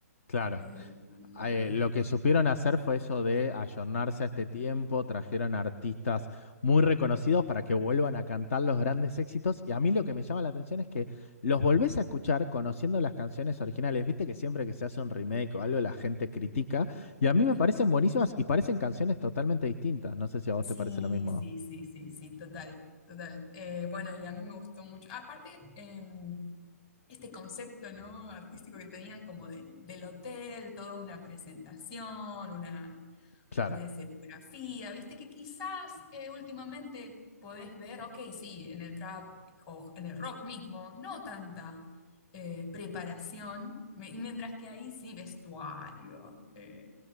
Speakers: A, on the left (about 55°); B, on the left (about 30°).
A: Claro.
B: Eh, mm,
A: Eh, lo que supieron hacer fue eso de ayornarse a este tiempo, trajeron artistas muy reconocidos para que vuelvan a cantar los grandes éxitos y a mí lo que me llama la atención es que los volvés a escuchar conociendo las canciones originales, viste que siempre que se hace un remake o algo la gente critica y a mí me
B: sí.
A: parecen buenísimas y parecen canciones totalmente distintas, no sé si a vos
B: Sí,
A: te parece lo mismo,
B: sí, sí, sí, sí, total, total. Eh, bueno, y a mí me gustó mucho. Aparte, em, este concepto, ¿no? artístico que tenían como del, del hotel, toda una presentación, una,
A: Claro.
B: una escenografía, viste que quizás eh, últimamente podés ver, ok, sí, en el trap o en el rock mismo, no tanta eh, preparación, me- mientras que ahí sí vestuario, eh,